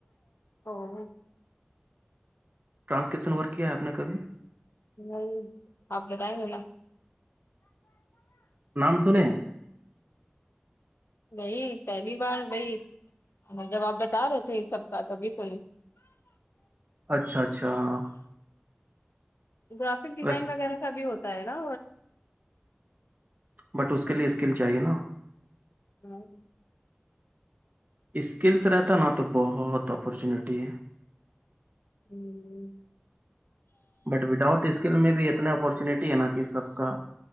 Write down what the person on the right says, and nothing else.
ٹرسکپشن ورک کیا ہے آپ نے کبھی
نام سنے ہے
اچھا اچھا ہاں
ویسے
بٹ اس کے لیے اسکل چاہیے نا
اسکلس رہتا نا تو بہت اپارچونیٹی ہے
بٹ وداؤٹ اسکل میں بھی اتنے اپورچونیٹی ہے نا کہ سب کا